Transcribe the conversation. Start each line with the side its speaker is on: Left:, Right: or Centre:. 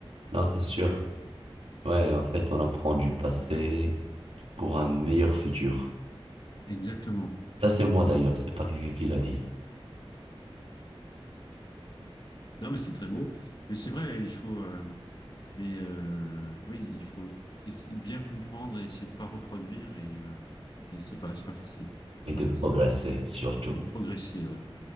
Right: Non, c'est sûr. Ouais, en fait, on apprend du passé pour un meilleur futur.
Left: Exactement.
Right: Ça, c'est moi d'ailleurs, c'est pas quelqu'un qui l'a dit.
Left: Non, mais c'est très beau. Mais c'est vrai, il faut. euh, mais euh, oui, il faut essa- bien comprendre et essayer de pas reproduire. Et, euh, mais c'est pas, c'est pas facile. C'est
Right: Et de
Left: pas facile.
Right: progresser, surtout.
Left: Et progresser, ouais.